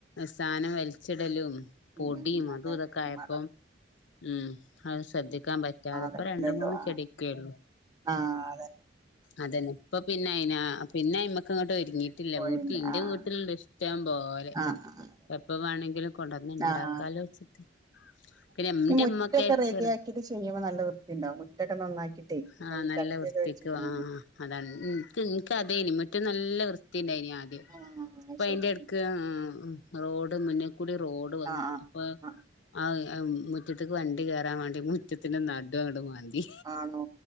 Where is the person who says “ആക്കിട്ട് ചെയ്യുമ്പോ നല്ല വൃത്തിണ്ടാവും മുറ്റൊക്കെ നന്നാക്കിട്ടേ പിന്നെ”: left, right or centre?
Right